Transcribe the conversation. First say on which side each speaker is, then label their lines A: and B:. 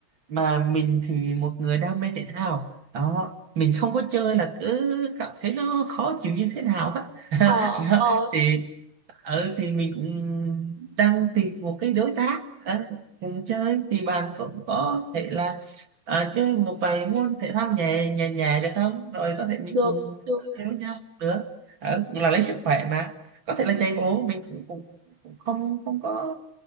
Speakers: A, on the right; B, on the right.
A: mà mình thì một người đam mê thể thao đó mình không có chơi là cứ cảm thấy nó khó chịu như thế nào á
B: ờ
A: <laughs> đó.
B: ờ
A: thì ừ thì mình cũng đang tìm một cái đối tác ờ, cùng chơi thì bạn cũng có thể là ờ, chơi một vài môn thể thao nhẹ nhẹ nhẹ được không rồi có thể mình
B: được
A: cùng
B: được
A: chơi với nhau nữa Ờ, cũng là lấy sức khỏe mà có
B: ừ.
A: thể là chạy bộ mình cũng, cũng, cũng không không có